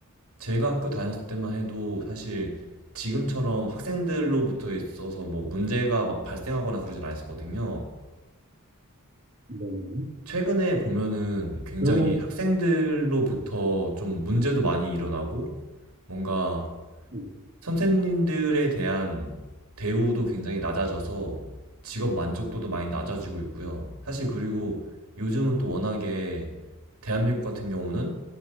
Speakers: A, on the right; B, on the right.
A: 제가 학교 다녔을 때만 해도 사실 지금처럼 학생들로부터 있어서 뭐 문제가 막 발생하거나 그러진 않았었거든요.
B: 이거는
A: 최근에 보면은 굉장히
B: 그러면
A: 음, 학생들로부터
B: 이게
A: 좀 문제도 많이 일어나고 뭔가
B: 이게
A: 선생님들에 대한 대우도 굉장히 낮아져서 직업 만족도도 많이 낮아지고 있고요. 사실 그리고
B: 이게
A: 요즘은 또 워낙에 대한민국 같은 경우는